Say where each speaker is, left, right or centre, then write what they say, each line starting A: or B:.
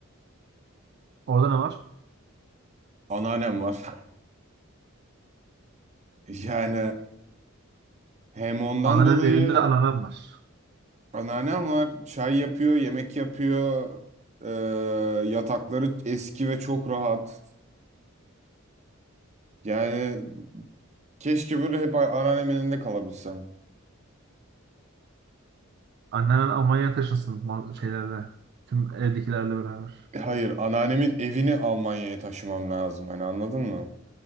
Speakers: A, on the right; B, on the right.
A: Orada ne var?
B: Anneannem var <laughs> yani. Hem ondan
A: Annenin
B: dolayı
A: evinde anneannem var.
B: Anneannem var. Çay yapıyor, yemek yapıyor. Ee, yatakları eski ve çok rahat. Yani keşke böyle hep a- anneannemin elinde kalabilsem.
A: Anneannem Almanya'ya taşınsın ma- şeylerle. Tüm evdekilerle beraber.
B: E, Hayır, anneannemin evini Almanya'ya taşımam lazım. Hani anladın mı?